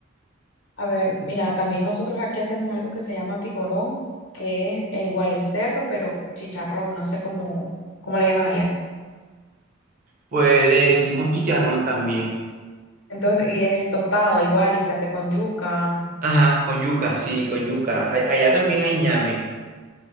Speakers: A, on the left; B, on the right.
A: A ver, mira, también nosotros aquí hacemos algo que se llama pigorón, que es eh, igual el cerdo, pero chicharrón, no sé cómo, cómo le llaman allá.
B: Pues le decimos chicharrón también.
A: Entonces, y es el tostado igual y se hace con yuca.
B: Ajá, con yuca, sí, con yuca. A- Allá también hay ñame.